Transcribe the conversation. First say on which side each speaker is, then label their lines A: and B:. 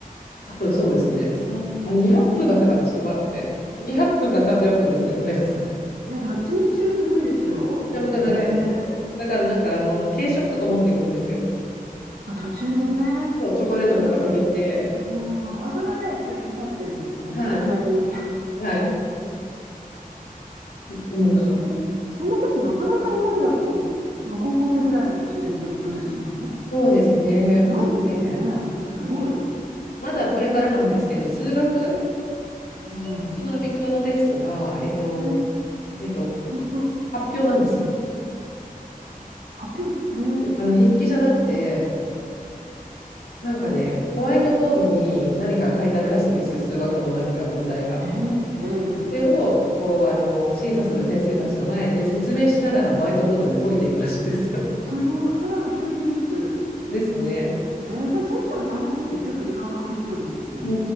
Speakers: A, on the left (about 85°); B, on the right (about 75°).
A: 多分そうですね。3、あ、200分だったかな。ちょっと待って。200分か300分ですね。ごめんなさい。
B: いや、どっちにしろすごいですよ。
A: めちゃめちゃ長いですよ。
B: えー
A: だからなんか、あの、軽食とか持っていくんですよ。
B: あ、途中でね。
A: そう、チョコレートとか食べて。
B: お、あ、そあーあ、それはじゃあ一応許されてるんですね、
A: はい。
B: さすがに。
A: はい。うん。
B: でもそん、そんなテストなかなか日本だと、その高校生ぐらいの年でってことですもんね。
A: そうですね。あとね、
B: ないですよね。すごい。
A: なんかなまだこれからなんですけど、数学
B: うん。
A: 数学のアビトゥアのテストが、えっと、
B: え
A: えっと、こ
B: すごそう。
A: 発表なんですよ。
B: 発表。へえ。
A: あの筆記じゃなくて、なんかね、ホワイトボードに何か書いてあるらしいんですよ、数学のなんか問題が。
B: えー、ええ
A: それをこうあの審査する先生たちの前で説明しながらホワイトボードで解いていくらしいですよ。
B: すごい。それはもう一人ずつ
A: <laughs> ですね。
B: やっ。えー、じゃあ先生も大変ですね。結構時間かかりそうですよね。
A: う